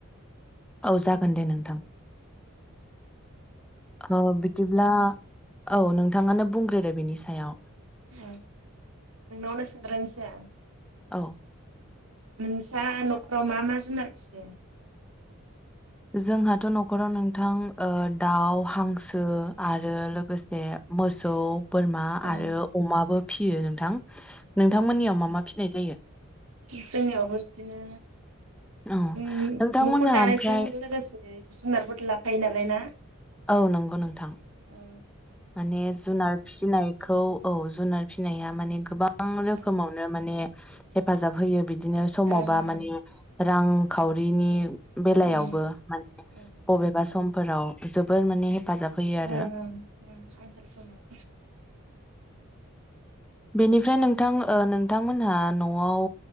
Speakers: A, in the centre; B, on the right.
A: औ जागोन दे नोंथां। औ बिदिब्ला औ नोंथाङानो बुंग्रोदो बेनि सायाव।
B: नों नावनो सोंगारनोसै आं।
A: औ
B: नोंस्रा न'खराव मा-मा जुनार फियो?
A: जोंहाथ' न'खराव नोंथां ओ दाउ, हांसो ओ आरो लोगोसे मोसौ, बोरमा
B: औ
A: आरो अमाबो फिसियो नोंथां। नोंथांमोननियाव मा-मा फिनाय जायो?
B: जोंनियावबो बिदिनो
A: औ
B: ओम
A: नोंथांमोनहा
B: न'खर दानायजों
A: ओमफ्राय
B: लोगोसे जुनारफोर लाफायो नालाय ना?
A: औ नंगौ नोंथां।
B: ओम
A: माने जुनार फिसिनाय, खौ औ जुनार फिसिनाया माने गोबां रोखोमावनो
B: ओं
A: माने हेफाजाब होयो। बि बिदिनो समावबा
B: ओं
A: माने रांखावरिनि बेलायावबो
B: ओं
A: माने
B: ओं
A: बबेबा समफोराव जोबोर माने, हेफाजाब होयो
B: उम
A: आरो
B: उम ओम आंखाल समाव,
A: बेनिफ्राय नोंथां ओ नोंथांमोनहा न'आव